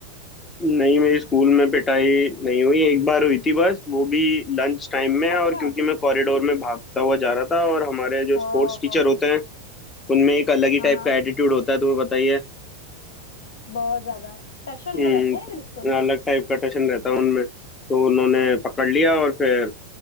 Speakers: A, on the left; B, on the left.
A: नहीं मेरी स्कूल में पिटाई नहीं हुई एक बार हुई थी बस वो भी लंच टाइम में
B: अच्छा
A: और क्योंकि मैं कॉरिडोर में भागता हुआ जा रहा था और हमारे जो
B: हाँ
A: स्पोर्ट्स टीचर होते हैं उनमें एक अलग ही
B: हाँ
A: टाइप
B: हाँ
A: का एटीट्यूड होता है तुम्हें बताइए
B: बहुत ज्यादा टशन
A: हम्म
B: में रहते हैं बिल्कुल
A: अलग टाइप का टशन रहता है उनमें तो उन्होंने पकड़ लिया और फिर